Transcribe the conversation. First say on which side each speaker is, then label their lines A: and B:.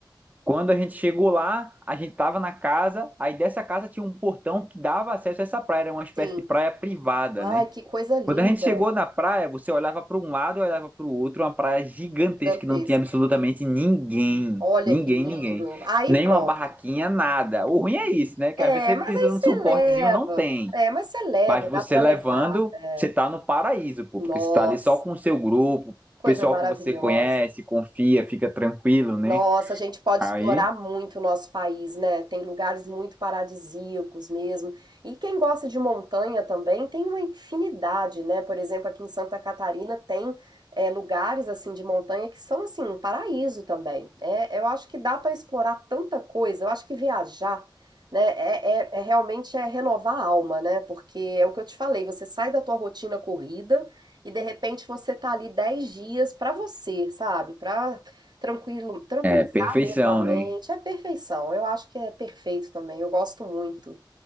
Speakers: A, on the right (about 20°); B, on the right (about 60°).
A: Quando a gente chegou lá, a gente tava na casa, aí dessa casa tinha um portão que dava acesso a essa praia, era uma espécie
B: Sim.
A: de praia privada,
B: Ai,
A: né?
B: que coisa linda,
A: Quando a gente chegou na praia, você olhava para um lado e olhava para o outro, uma praia gigantesca
B: gigantesca.
A: que não tinha absolutamente ninguém.
B: Olha
A: Ninguém,
B: que lindo.
A: ninguém.
B: Aí
A: Nenhuma
B: pronto.
A: barraquinha, nada. O ruim é isso, né? Que
B: É,
A: às vezes você
B: mas
A: precisa
B: aí
A: de
B: você
A: um suportezinho,
B: leva.
A: não tem.
B: É, mas você leva,
A: Mas você
B: dá pra
A: levando,
B: levar. É.
A: você tá no paraíso, pô,
B: Nossa,
A: porque você tá ali só com o seu grupo, o
B: coisa
A: pessoal
B: maravilhosa.
A: que você conhece, confia, fica tranquilo, né?
B: Nossa, a gente pode
A: Aí
B: explorar muito o nosso país, né? Tem lugares muito paradisíacos mesmo. E quem gosta de montanha também tem uma infinidade, né? Por exemplo, aqui em Santa Catarina tem é, lugares assim de montanha que são assim um paraíso também. É, eu acho que dá para explorar tanta coisa. Eu acho que viajar, né? É, é- é realmente é renovar a alma, né? Porque é o que eu te falei. Você sai da tua rotina corrida. E de repente você tá ali 10 dias para você, sabe? Para Tranquilo, tranquilizar
A: é perfeição,
B: mesmo a mente,
A: né?
B: é perfeição. Eu acho que é perfeito também, eu gosto muito.